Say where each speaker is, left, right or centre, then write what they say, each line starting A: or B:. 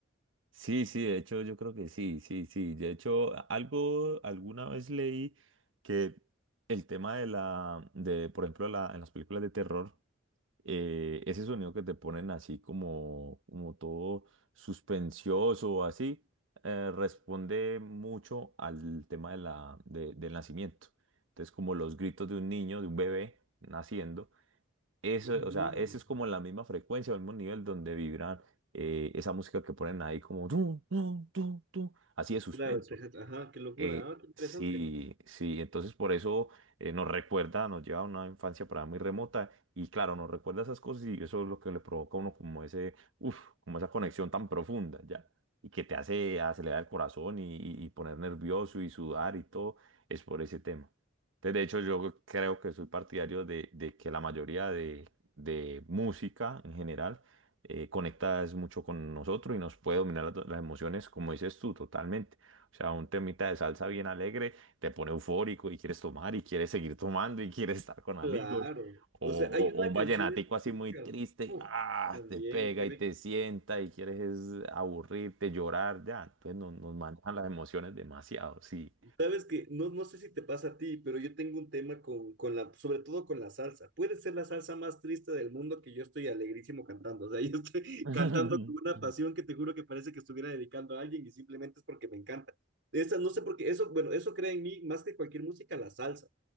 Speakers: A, on the right (about 80°); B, on the right (about 60°).
A: Sí, sí, de hecho yo creo que sí, sí, sí. De hecho, algo, alguna vez leí que el tema de la, de, por ejemplo, la, en las películas de terror, eh, ese sonido que te ponen así como, como todo suspensioso o así, eh, responde mucho al tema de la, de- del nacimiento. Entonces, como los gritos de un niño, de un bebé naciendo, eso,
B: Ujú.
A: o sea, esa es como la misma frecuencia, el mismo nivel donde vibran eh, esa música que ponen ahí como tú, tú, tú, tú, así de suspenso.
B: Claro, te- ajá, qué locura,
A: Eh,
B: ah, qué interesante.
A: sí, sí, entonces por eso eh, nos recuerda, nos lleva a una infancia para muy remota y claro, nos recuerda esas cosas y eso es lo que le provoca a uno como ese, uff, como esa conexión tan profunda, ¿ya? Y que te hace acelerar el corazón y, y- y poner nervioso y sudar y todo, es por ese tema. Entonces, de hecho, yo creo que soy partidario de, de que la mayoría de, de música en general eh, conecta es mucho con nosotros y nos puede dominar las, las emociones, como dices tú, totalmente. O sea, un temita de salsa bien alegre te pone eufórico y quieres tomar y quieres seguir tomando y quieres estar con amigos.
B: Claro.
A: O,
B: O
A: o-
B: sea, hay una
A: o un
B: canción
A: vallenatico
B: específica.
A: así muy triste,
B: Uf,
A: ah,
B: también,
A: te pega
B: qué
A: y
B: rico.
A: te sienta y quieres es aburrirte, llorar, ya. Entonces nos, nos manejan las emociones demasiado, sí.
B: Sabes que no, no sé si te pasa a ti, pero yo tengo un tema con, con la, sobre todo con la salsa. Puede ser la salsa más triste del mundo que yo estoy alegrísimo cantando. O sea, yo estoy
A: <laughs>
B: <laughs> cantando con una pasión que te juro que parece que estuviera dedicando a alguien y simplemente es porque me encanta. Esa, no sé por qué, eso, bueno, eso crea en mí más que cualquier música, la salsa.